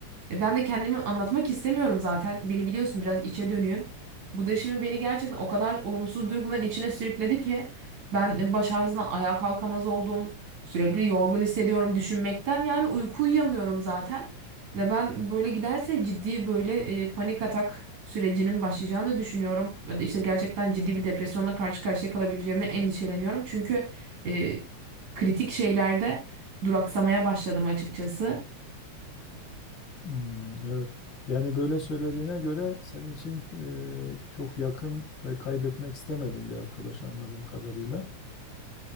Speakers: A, on the right; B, on the left.
A: E, ben de kendimi anlatmak istemiyorum zaten. Beni biliyorsun biraz içe dönüyüm. Bu da şimdi beni gerçekten o kadar olumsuz duyguların içine sürükledi ki ben e, baş ağrısından ayağa kalkamaz oldum. Sürekli yorgun hissediyorum düşünmekten. Yani uyku uyuyamıyorum zaten. Ve ben böyle giderse ciddi böyle e, panik atak sürecinin başlayacağını düşünüyorum. Ya da işte gerçekten ciddi bir depresyonla karşı karşıya kalabileceğimle endişeleniyorum. Çünkü e, kritik şeylerde duraksamaya başladım açıkçası.
B: Hmm, evet. Yani böyle söylediğine göre senin için e, çok yakın ve kaybetmek istemediğin bir arkadaş anladığım kadarıyla.